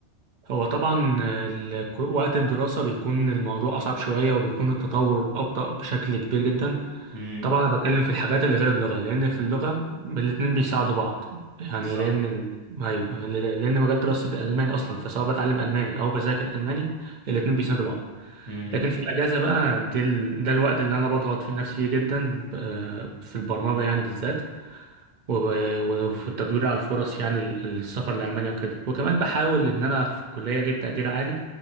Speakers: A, on the right; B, on the right.
A: هو طبعا ال- ك- وقت الدراسة بيكون الموضوع أصعب شوية وبيكون التطور أبطأ بشكل كبير جدا
B: امم
A: طبعا أنا بتكلم في الحاجات اللي غير اللغة لأن في اللغة الاتنين بيساعدوا بعض يعني
B: بالظبط
A: لأن ال... أيوه ل- لأن مجال دراستي بالألماني أصلا فسواء بتعلم ألماني أو بذاكر ألماني الاتنين بيساندوا بعض
B: امم
A: لكن في الأجازة بقى دي ال... ده الوقت اللي أنا بضغط فيه نفسي فيه جدا ب- في البرمجة يعني بالذات و- وفي التدوير على الفرص يعني ال- السفر لألمانيا وكده وكمان بحاول إن أنا في الكلية أجيب تقدير عالي